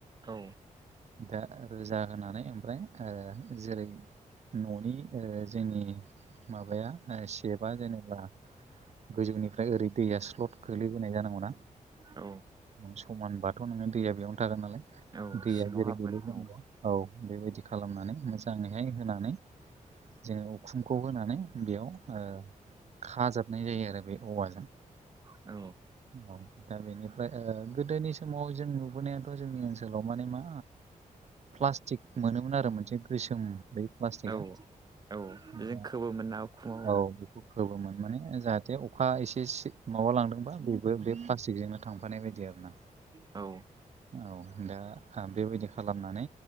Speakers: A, on the right; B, on the right.
A: औ।
B: दा रोजा होनानै ओमफ्राय ओ जेरै न'नि ओ जोंनि माबाया ओ सेबआ जेनेबा गोजौनिफ्राय ओरै दैया स्लद गो्लैबोनाय जानांगौ ना।
A: औ
B: समानबाथ' नोङो दैया बेयावनो थागोन नालाय
A: औ
B: दैया
A: सिङाव
B: जेरै
A: हाबगोन
B: गोलैगोन
A: औ
B: औ बेबायदि खालामनानै मोजाङैहाय होनानै जोङो उखुमखौ होनानै बेयाव खाजाबनाय जायो आरो बे औवाजों।
A: औ।
B: औ दा बेनिफ्राय ओ गोदोनि समाव जों नुबोनायाथ' जोंनि ओनसोलाव माने मा प्लास्टिक मोनोमोन आरो मोनसे गोसोम बै प्लास्टिकआ
A: औ औ
B: दा
A: इजों खबोमोन ना उखुमाव।
B: औ बेखौ खबोमोन माने जाहाथे अखा एसे सि माबा लांदोंबा बेबो बे प्लास्टिक जोंनो थांफानाय बायदि आरो ना
A: औ।
B: औ दा आ बेबायदि खालामनानै